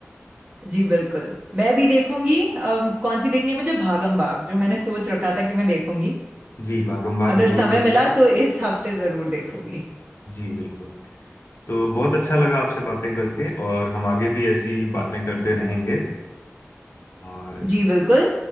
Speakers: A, on the right; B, on the left.
A: जी बिल्कुल मैं भी देखूंगी अब कौन सी देखनी है मुझे भागम भाग जो मैंने सोच रखा था कि मैं देखूंगी
B: जी भागम भाग
A: अगर
B: जरूर
A: समय
B: देखिए
A: मिला तो इस हफ्ते जरूर देखूंगी
B: जी बिल्कुल तो बहुत अच्छा लगा आपसे बातें करके और हम आगे भी ऐसी बातें करते रहेंगे और
A: जी बिल्कुल